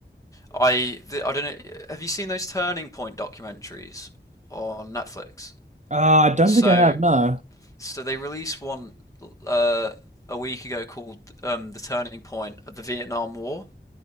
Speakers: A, on the left; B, on the right.
A: I the, I don't know. Have you seen those Turning Point documentaries on Netflix?
B: Uh, I don't
A: So
B: think I have, no.
A: so they released one uh, a week ago called um, The Turning Point of the Vietnam War,